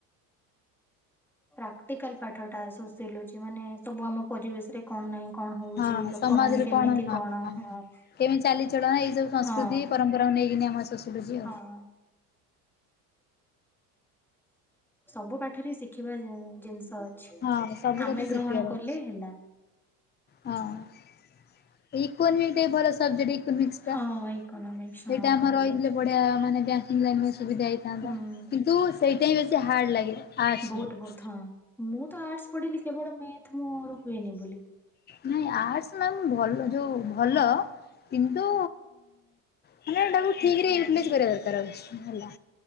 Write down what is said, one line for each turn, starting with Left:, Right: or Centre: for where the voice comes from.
Centre: ପ୍ରାକ୍ଟିକାଲ ପାଠ ଟା ସୋସିଓଲୋଜି ମାନେ ସବୁ ଆମ ପରିବେଶ ରେ କଣ ନାଇଁ କଣ ହଉଚି
Left: ହଁ
Centre: ଲୋକମାନେ
Left: ସମାଜରେ
Centre: କେମିତି
Left: ହଁ
Centre: କଣ ହଁ।
Left: କେମିତି ଚାଲିଚଳନା ଏଇ ସବୁ ସଂସ୍କୃତି
Centre: ହଁ
Left: ପରମ୍ପରାକୁ ନେଇକିନି ଆମ ସୋସିଓଲୋଜି।
Centre: ହଁ। ସବୁ ପାଠରେ ଶିଖିବା ଇଂ ଜିନିଷ ଅଛି।
Left: ହଁ ସବୁ କଥା
Centre: ଆମେ
Left: ଶିଖିବାର
Centre: ଗ୍ରହଣ କଲେ
Left: ଅଛି
Centre: ହେଲା।
Left: ହଁ ଇକୁନିଟି ଭରସ <unintelligible> ସେଇଟା
Centre: ହଁ ଇକୋନୋମିକ୍ସ ହଁ
Left: ଆମର
Centre: ଭଲ
Left: ରହିଥିଲେ
Centre: ସବଜେକ୍ଟ।
Left: ବଢ଼ିଆ ମାନେ ଅନଲାଇନ ପାଇଁ ସୁବିଧା ହେଇଥାନ୍ତା।
Centre: ହୁଁ
Left: କିନ୍ତୁ ସେଇଟା ହିଁ ବେଶୀ ହାର୍ଡ଼ ଲାଗେ। ଆର୍ଟସ
Centre: ବହୁତ
Left: ରେ।
Centre: ବଧ। ମୁଁ ତ ଆର୍ଟସ୍ ପଢିଲି କେବଳ ମେଥ୍ ମୋର ହୁଏନି ବୋଲି।
Left: ନାଇଁ ଆର୍ଟସ ନାଇ ଭ ଯୋଉଁ ଭଲ
Centre: ବ-
Left: କିନ୍ତୁ ମାନେ ଏଟାକୁ ଠିକରେ
Centre: ଭଲ
Left: ୟୁଟିଲାଇଜ୍ କରିବା ଦରକାର ଅଛି ହେଲା।